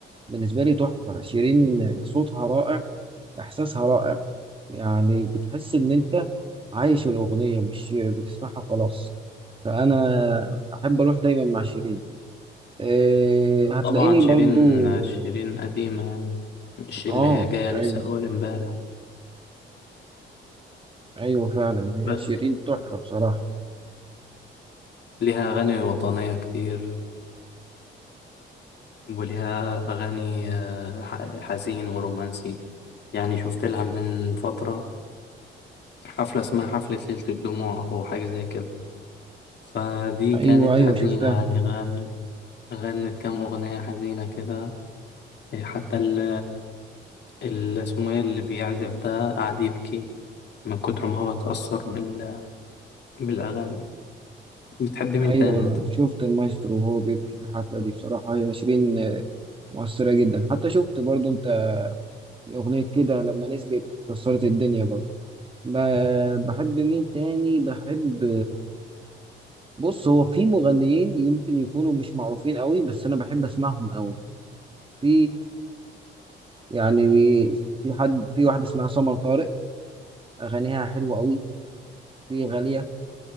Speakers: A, on the right (about 25°); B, on the left (about 60°).
A: بالنسبة لي تحفة شيرين صوتها رائع إحساسها رائع يعني بتحس ان انت عايش الاغنيه مش بتسمعها وخلاص فانا احب اروح دايما مع شيرين إيه هتلاقيني
B: طبعا شيرين
A: برضو
B: شيرين قديمة يعني مش اللي
A: اه
B: هي جاية لسه
A: ايوه
B: أول امبارح
A: ايوه فعلا هي
B: بس
A: شيرين تحفه بصراحه
B: ليها أغاني وطنية كتير وليها أغاني آه، ح- حزين ورومانسي يعني شفت لها من فترة حفلة اسمها حفلة ليلة الدموع أو حاجة زي كده فدي
A: ايوه
B: كانت
A: ايوه
B: حزينة
A: شفتها
B: يعني غن... غنت كام أغنية حزينة كده إيه، حتى ال... ال... اسمه إيه اللي بيعزف ده قعد يبكي من كتر ما هو اتأثر بال... بالأغاني بتحب مين
A: ايوه
B: تاني أنت؟
A: شفت المايسترو وهو بيبكي في الحفله دي بصراحه هي شيرين آه، مؤثره جدا حتى شفت برضو انت اغنيه كده لما نزلت كسرت الدنيا برضو ب- بحب مين تاني بحب بص هو في مغنيين يمكن يكونوا مش معروفين قوي بس انا بحب اسمعهم قوي في يعني في حد في واحده اسمها سمر طارق اغانيها حلوه قوي في غاليه